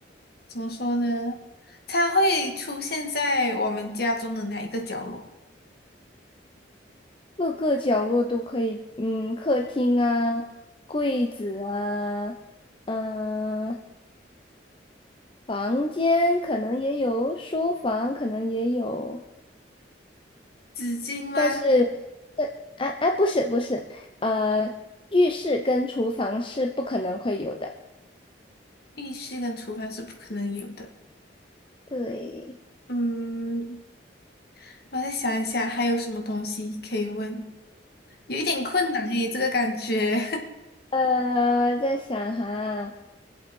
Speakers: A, on the left; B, on the left.
A: 怎么说呢？它会出现在我们家中的哪一个角落？
B: 各个角落都可以，嗯，客厅啊，柜子啊，嗯、房间可能也有，书房可能也有，
A: 纸巾吗？
B: 但是，但，哎哎，不是不是，呃，浴室跟厨房是不可能会有的。
A: 浴室跟厨房是不可能有的。
B: 对，
A: 嗯，我再想一想，还有什么东西可以问？有一点困难诶，这个感觉。
B: 呃，我在想哈，